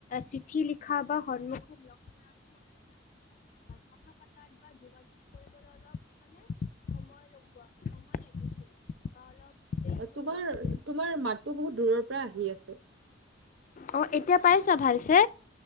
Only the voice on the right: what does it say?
তোমাৰ
তোমাৰ মাতো বহুত দূৰৰ পৰা আহি আছে।